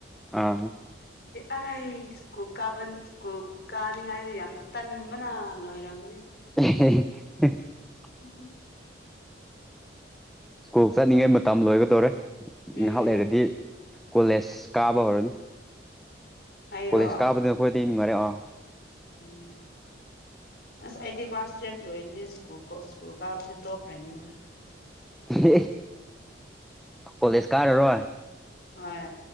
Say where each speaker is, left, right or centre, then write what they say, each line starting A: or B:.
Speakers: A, in the centre; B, on the left (about 55°).
A: ꯑꯥ
B: ꯑꯔꯥꯏ ꯁ꯭ꯀꯨꯜ ꯀꯥꯕ ꯁ꯭ꯀꯨꯜ ꯀꯥꯅꯤꯡꯉꯥꯏꯗ ꯌꯥꯝ ꯇꯟꯕꯅ ꯂꯣꯏꯔꯕꯅꯤ
A: <unintelligible>
B: ꯎ
A: ꯁ꯭ꯀꯨꯜ ꯆꯠꯅꯤꯡꯉꯩ ꯃꯇꯝ ꯂꯣꯏꯒꯗꯧꯔꯦ
B: ꯎꯝ
A: ꯉꯥꯏꯍꯥꯛ ꯂꯩꯔꯗꯤ ꯀꯣꯂꯦꯖ ꯀꯥꯕ ꯍꯧꯔꯅꯤ
B: ꯑꯩꯔꯣ
A: ꯀꯣꯂꯦꯖ ꯀꯥꯞꯕꯗ ꯑꯩꯈꯣꯏꯗꯤ ꯉꯥꯏꯔꯦꯑꯣ
B: ꯎꯝ ꯑꯁ ꯑꯩꯗꯤ ꯀ꯭ꯂꯥꯁ ꯇꯨꯋꯕ ꯂꯣꯏꯔꯅꯤ ꯁ꯭ꯀꯨꯜ ꯁ꯭ꯀꯨꯜ ꯀꯥꯕꯁꯦ ꯇꯣꯛꯈ꯭ꯔꯅꯤꯅ
A: ꯍ ꯀꯣꯂꯦꯁ ꯀꯥꯔꯔꯣ
B: ꯍꯣꯏ